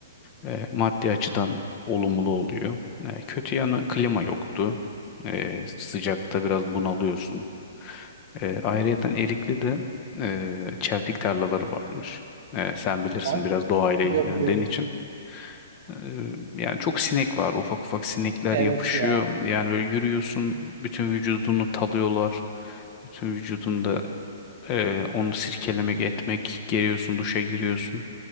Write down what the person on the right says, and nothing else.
Aha,
biliyorum
biliyorum.
Evet
ya.